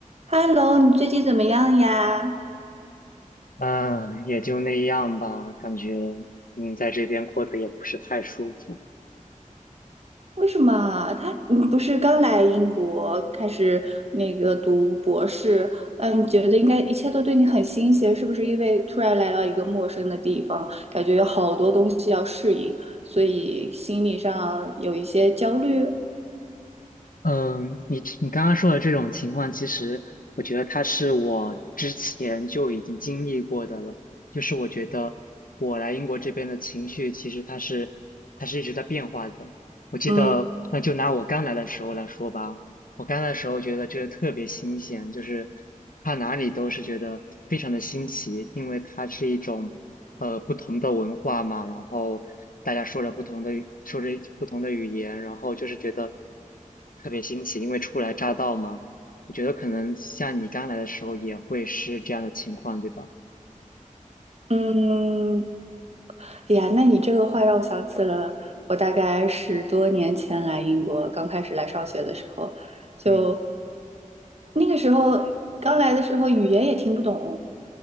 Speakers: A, on the right; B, on the left.
A: Hello，你最近怎么样呀？
B: 嗯，也就那样吧，感觉嗯，在这边过得也不是太舒服。
A: 为什么他你不是刚来英国开始那个读博士？嗯，你觉得应该一切都对你很新鲜，是不是？因为突然来到一个陌生的地方，感觉有好多东西要适应，所以心理上有一些焦虑。
B: 嗯，你你刚刚说的这种情况，其实我觉得他是我之前就已经经历过的了。就是我觉得我来英国这边的情绪，其实它是它是一直在变化的。我记得，
A: 嗯
B: 那就拿我刚来的时候来说吧，我刚的时候觉得这个特别新鲜，就是它哪里都是觉得非常的新奇，因为它是一种呃不同的文化嘛，然后大家说着不同的语说着不同的语言，然后就是觉得特别新奇，因为初来乍到嘛。我觉得可能像你刚来的时候也会是这样的情况，对吧？
A: 嗯，哎呀，那你这个话让我想起了我大概十多年前来英国，刚开始来上学的时候，就。
B: 嗯，
A: 那个时候刚来的时候，语言也听不懂，